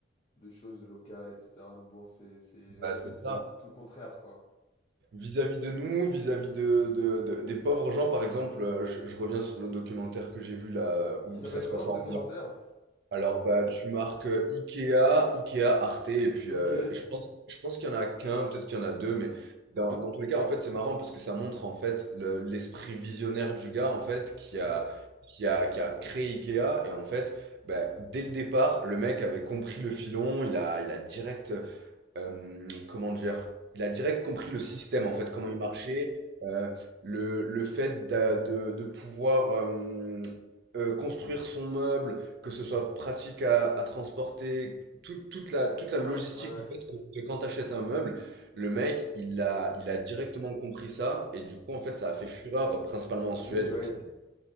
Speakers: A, on the left; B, on the right.
A: de choses locales, etc. Mais bon, c'est, c'est,
B: Bah,
A: aujourd'hui,
B: c'est
A: c'est
B: ça.
A: le- tout le contraire, quoi.
B: Vis-à-vis de nous, vis-à-vis de, de- de- des pauvres gens, par exemple, euh, je, je reviens sur le documentaire que j'ai vu là où,
A: Il s'appelle
B: où ça se
A: comment
B: passe
A: ce
B: en
A: documentaire?
B: Alors bah tu marques euh, Ikea, Ikea, Arte et puis
A: Ok.
B: euh,
A: Ouais.
B: je pense je pense qu'il y en a qu'un, peut-être qu'il y en a deux, mais dans, dans tous les cas en fait c'est marrant parce que ça montre en fait le- l'esprit visionnaire du gars en fait qui
A: Ouais,
B: a qui a qui a créé Ikea et en fait bah, dès le départ le mec avait compris le filon, il a il a direct hem, comment dire? Il a direct compris le système en fait, comment il marchait, heu, le le fait d'a de de pouvoir, hem, heu, construire son meuble, que ce soit pratique à à transporter, tout toute la toute la
A: ouais,
B: logistique
A: ouais.
B: en fait que que quand tu achètes un meuble, le mec il a il a directement compris ça et du coup en fait ça a fait fureur, principalement en Suède
A: Oui, oui, bah
B: vu
A: oui.
B: que ça